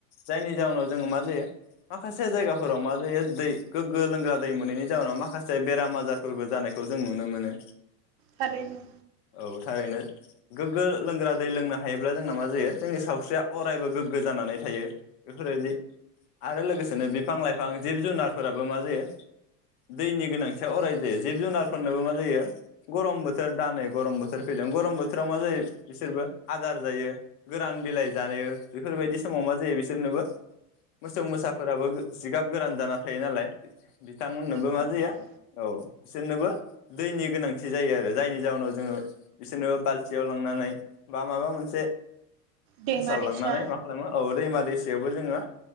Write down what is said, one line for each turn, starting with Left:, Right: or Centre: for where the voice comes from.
Left: जायनि जाउनाव जोङो मा जायो माखासे जायगाफोराव मा जायो दै गोग्गो लोंग्रा दै मोनैनि जाउनाव माखासे बेराम आजारफोरबो जानायखौ जों नुनो मोनो।
Right: थारैनो
Left: औ थारैनो गोग्गो लोंग्रा दै लोंनो हायोब्ला जोंना मा जायो जोंनि सावस्रिया अरायबो गोग्गो जानानै थायो बेफोरबायदि आरो लोगोसेनो बिफां लाइफां जिब जुनारफोराबो मा जायो दैनि गोनांथिया अराय जायो जिब जुनारफोरनोबो मा जायो गरम बोथोर दानै गरम बोथोर फैदों गरम बोथोराव मा जायो बिसोरबो आदार जायो। गोरान बिलाइ जायो बेफोरबायदि समाव मा जायो बिसोरनोबो मोसौ मोसाफोराबो जिगाब गोरान जाना थायो नालाय बिथांमोननोबो
Right: नंगौ
Left: मा
Right: नोंथां।
Left: जयो औ बिसोरनोबो दैनि गोनांथि जायो आरो जायनि जाहोनाव जोङो बिसोरनोबो बाल्थियाव लांनानै बा माबा मोनसे
Right: दैमा
Left: हासाव
Right: दैसा
Left: लांनानै मा खालामो औ दैमा दै सायावबो जोङो